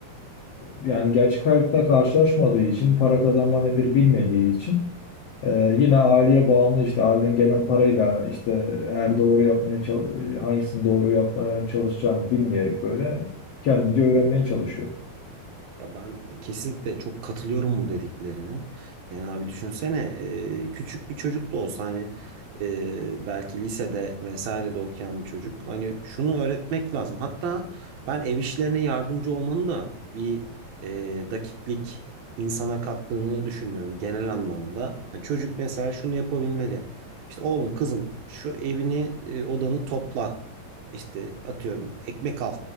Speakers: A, on the left; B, on the right.
A: yani gerçek hayatta karşılaşmadığı için para kazanma nedir bilmediği için e, yine aileye bağımlı işte aileden gelen parayla işte eğer doğru yapmaya çal- hangisini doğru yapmaya çalışacağını bilmeyerek böyle kendince öğrenmeye çalışıyor.
B: Ya ben kesinlikle çok katılıyorum bu dediklerine. Yani abi düşünsene e, küçük bir çocuk da olsa hani e, belki lisede vesaire de okuyan bir çocuk. Hani şunu öğretmek lazım. Hatta ben ev işlerine yardımcı olmanın da bir e, dakiklik insana kattığını düşünüyorum genel anlamda. Yani çocuk mesela şunu yapabilmeli. İşte oğlum kızım şu evini e, odanı topla. İşte atıyorum ekmek al.